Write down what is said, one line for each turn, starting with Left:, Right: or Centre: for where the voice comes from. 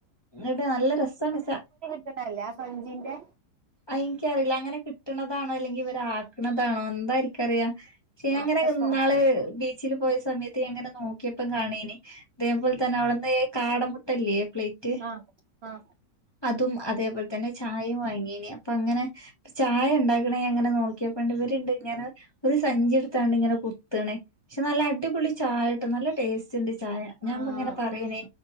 Left: എന്നട്ട് നല്ല രസ മസ
Right: കേന്ന ഇല്ലേ ആ സഞ്ജിന്റെ
Left: അയിക്ക് അറിയില്ല അങ്ങനെ കിട്ടണത് ആണോ അല്ലെങ്കിൽ ഇവർ ആക്കണത് ആണോ എന്തായിരിക്കും അറിയാ ക്ഷേ
Right: നല്ല
Left: അങ്ങനെ ഇന്നാള്
Right: സോ
Left: വീ ചില് പോയ സമയത്ത് എങ്ങനെ നോക്കിയപ്പം കാണീനി അതേപോലെ തന്നെ അവിടുന്ന് കാട മു ട്ടല്ലേ പ്ലേറ്റ്
Right: ആഹ് ആഹ്
Left: അതും അതേപോലെ തന്നെ ചായയും വാങ്ങീനേ അപ്പ അങ്ങനെ ചായ എണ്ടാക്കണ അങ്ങനെ നോക്കി അപ്പ എണ്ട് ഒര് ഇത് ഇങ്ങനെ ഒരു സഞ്ചി എടുത്താണ്ട് ഇങ്ങനെ കുത്തണ് പക്ഷേ നല്ല അടിപൊളി ചായട്ടോ നല്ല ടേസ്റ്റ് എണ്ട് ചായ ഞാൻ
Right: ആഹ്
Left: അപ്പോൾ ഇങ്ങനെ പറയണേ